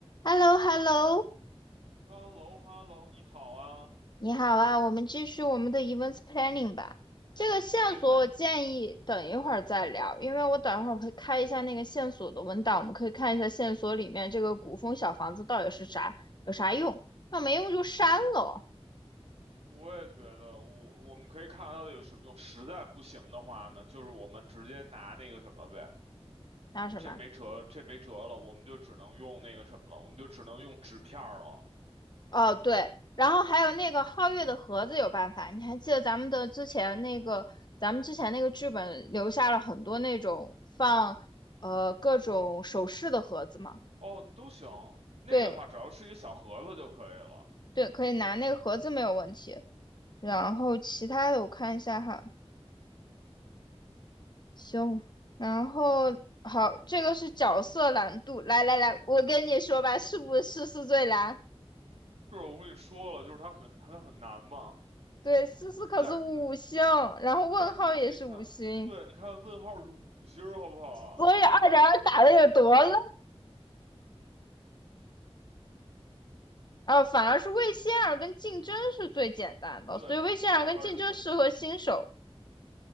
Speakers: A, on the left; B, on the right.
A: h e l l o h e l l o
B: h e l l o h e l l o 你好啊，
A: 你好啊，我们继续我们的 events planning 吧。这个线索我建议等一会儿再聊，
B: 没问题。
A: 因为我等一会儿会开一下那个线索的文档，我们可以看一下线索里面这个古风小房子到底是啥，有啥用？那没用就删了哦。
B: 我也觉得我我们可以看到的有什么用？实在不行的话呢，就是我们直接拿那个什么呗，
A: 那什么？
B: 这没辙，这没辙了，我们就只能用那个什么了，我们就只能用纸片儿了。
A: 哦，对，然后还有那个皓月的盒子有办法，你还记得咱们的之前那个，咱们之前那个剧本留下了很多那种放呃各种首饰的盒子吗？
B: 哦，都行，那个的话只要是一个小盒子就可以了。
A: 对，对，可以拿那个盒子没有问题。然后其他的我看一下哈，行。然后好，这个是角色难度。来来来，我跟你说吧，是不是是最难？
B: 就是我跟你说了，就是它很它很难嘛，
A: 对，四四可是五星，
B: 但是
A: 然后问号也是五星，
B: 但是你自己看，对，你看问号是五星儿好不好啊？
A: 所以二点二打的有多烂？啊，反而是魏仙儿跟竞争是最简单的，
B: 对，
A: 所以魏仙儿跟竞争适合新手。
B: 后边儿几个